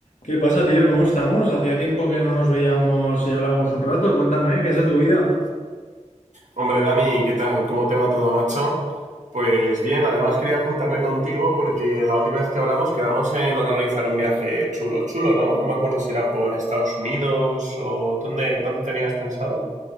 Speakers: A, on the left; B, on the right.
A: ¿Qué pasa, tío? ¿Cómo estamos? Hacía tiempo que no nos veíamos y hablábamos un rato. Cuéntame, ¿qué es de tu vida?
B: Hombre, Dani, ¿qué tal? ¿Cómo te va todo, macho? Pues bien, además quería juntarme contigo porque la última vez que hablamos quedamos en organizar un viaje chulo, chulo, ¿no? No me acuerdo si era por Estados Unidos o dónde, dónde tenías pensado.